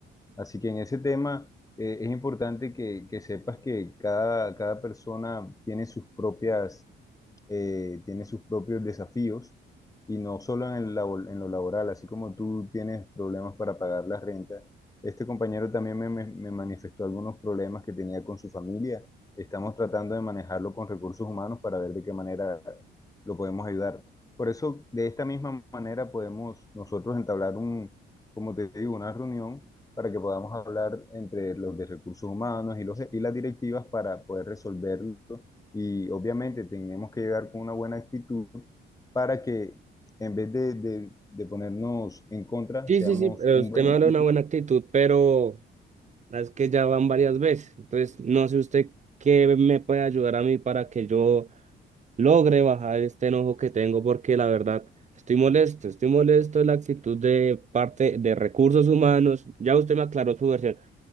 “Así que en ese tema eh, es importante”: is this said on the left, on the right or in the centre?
Left